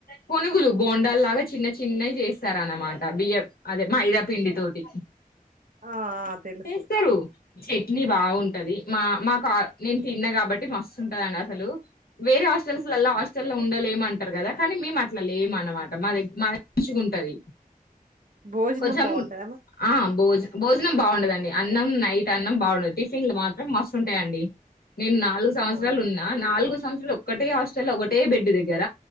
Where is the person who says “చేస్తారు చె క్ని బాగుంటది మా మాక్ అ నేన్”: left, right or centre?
Left